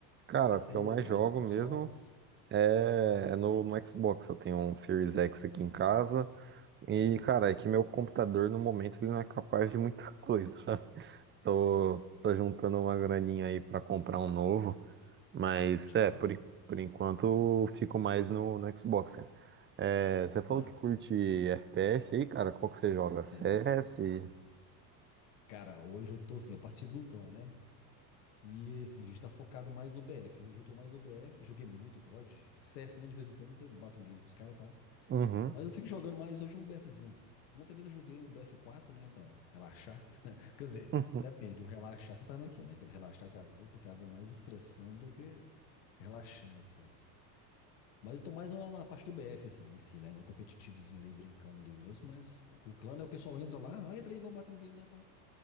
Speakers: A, on the right; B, on the left.
A: Cara,
B: no PC,
A: o que eu mais
B: mais
A: jogo
B: em consoles?
A: mesmo. É, é no, no Xbox, eu tenho um Series X aqui
B: Hum,
A: em casa. E,
B: bom,
A: cara, é que meu computador no momento ele não é capaz de muita <laughs> coisa, sabe? Tô, tô juntando uma graninha aí pra comprar um novo, mas
B: pode
A: é,
B: crer.
A: por, en- por enquanto eu fico mais no, no Xbox. cara. É, você falou
B: Mas,
A: que curte FPS aí, cara, qual que você joga?
B: sim.
A: CS?
B: Cara, hoje eu tô assim, eu participo de um clã, né? E assim, a gente tá focado mais no BF. Hoje eu tô mais no BF, joguei muito COD. CS também, de vez em quando, eu até bato um game pros caras e tal.
A: Uhum.
B: Mas eu fico jogando mais hoje um BFzinho. Ontem mesmo eu joguei um BF4, né, pra relaxar. <laughs> Quer dizer,
A: uhum.
B: depende, o relaxar, você sabe o que é, né? Aquele relaxar que às vezes você acaba mais estressando do que relaxando, assim. Mas eu tô mais na, na parte do BF, assim, em si, né? No competitivozinho ali, brincando ali mesmo. Mas com o clã, né, o pessoal entra lá, ah, entra aí, vamos bater um game lá e tal.